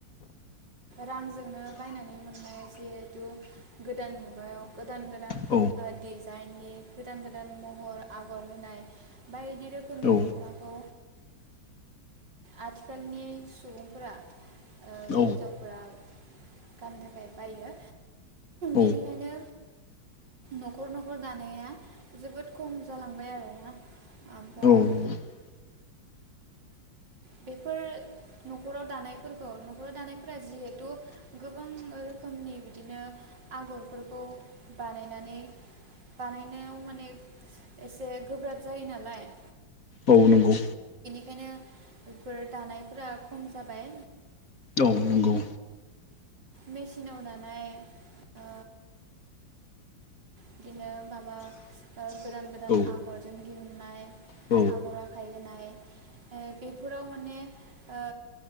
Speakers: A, on the right; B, on the left.
A: रां जोंनो बायनानै मोननाय जिहेथु गोदान मुगायाव गोदान गोदान
B: औ
A: ओ दिस दायननि गोदान गोदान महर आगर होनाय बाय दि रोखोमनि
B: औ
A: दखनाखौ आथिखालनि सुबुंफोरा। ओ
B: औ
A: हिन्जावफोरा गानदों। बायो
B: औ
A: बेनिखायनो नखर नखर दानाया जोबोद खम जालांबाय आरोना ओमफ्राय
B: औ नंगौ औ
A: बेफोर नखराव दानायफोरखौ नखराव दानायफोरा जिहेथु गोबां रोखोमनि बिदिनो आगरफोरखौ बानायनानै बानायनायाव माने एसे गोब्राब जायो नालाय।
B: औ नंगौ।
A: खायनो बेफोर दानायफोरा खम जाबाय।
B: औ नंगौ।
A: मेसिनाव दानाय ओ बिदिनो माबा ओ गोदान गोदान
B: औ
A: आगरजों दिहुननाय
B: औ
A: आगर आखाय होनाय। बेफोराव माने ओ